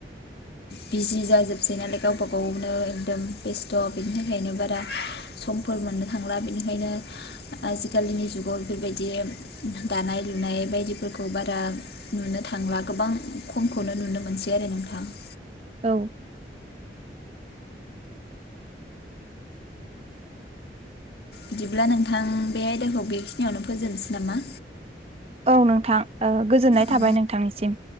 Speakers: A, on the left; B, on the right.
A: बिजि जाजोबसै नालाय गावबा गावनो एकदम बेस्थ' बिनि थाखायनो बारा, समफोर मोननो थांला बिनिखायनो, आजिखालिनि जुगाव बेफोरबायदि दानाय लुनाय बायदिफोरखौ बारा, नुनो थांला गोबां खमखौनो नुनो मोनसै आरो नोंथां,
B: औ
A: बिदिब्ला नोंथां बे आयदाखौ बेखिनियावनो फोजोबनोसै नामा?
B: औ नोंथां ओ गोजोननाय
A: औ
B: थाबाय नोंथांनिसिम